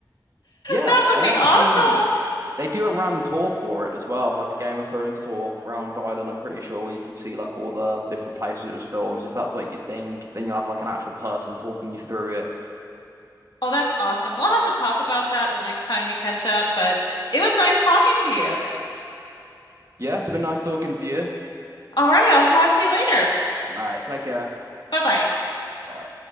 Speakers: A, on the right (about 45°); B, on the left (about 75°).
A: Yeah,
B: That would
A: they
B: be
A: actually
B: awesome.
A: They do a round tour for it as well, like a Game of Thrones tour round Ireland, I'm pretty sure, where you can see like all the different places it was filmed. If that's like your thing, then you'll have like an actual person talking you through it.
B: Oh, that's awesome. We'll have to talk about that the next time we catch up, but it was nice talking to you.
A: Yeah, it's been nice talking to you.
B: All right, I'll talk to you later.
A: All right, take care.
B: Bye bye.
A: Bye.